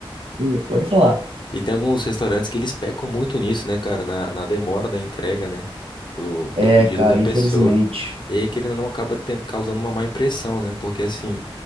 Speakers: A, on the right; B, on the left.
A: hum, pode falar.
B: E tem alguns restaurantes que eles pecam muito nisso, né, cara? Na, na demora da entrega, né? Do,
A: É,
B: do pedido
A: cara,
B: da pessoa.
A: infelizmente.
B: E aí, querendo ou não, acaba tendo, causando uma má impressão, né? Porque, assim,